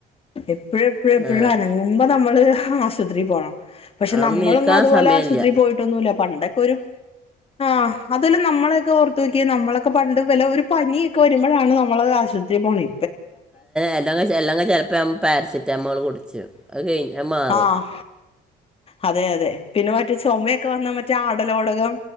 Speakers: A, on the left (about 35°); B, in the centre.
A: എപ്പോഴും എപ്പോഴും എപ്പോഴും
B: ആ
A: അനങ്ങുമ്പോ നമ്മള് ആശുപത്രിൽ പോണം പക്ഷെ
B: അവിടെ
A: നമ്മളൊന്നും
B: നീക്കാൻ
A: അതുപോലെ
B: സമയമില്ല
A: ആശുപത്രിയിൽ പോയിട്ടൊന്നുമല്ല പണ്ടൊക്കെ ഒരു ആഹ് അതല്ല നമ്മളൊക്കെ ഓർത്ത് നോക്കി നമ്മളൊക്കെ പണ്ട് വില ഒരു പനിയൊക്കെ വരുമ്പോഴാണ് നമ്മള ആശു പോണി
B: അല്ലാം എല്ലാംങ്ക ചിലപ്പോ പാരസിെറ്റാമോൾ കുടിച്ചു അത് കഴിഞ്ഞ മാറും
A: ആഹ് അതെ അതെ പിന്നെ മറ്റേ ചുമയൊക്കെ വന്നാ മറ്റേ ആടലോടകം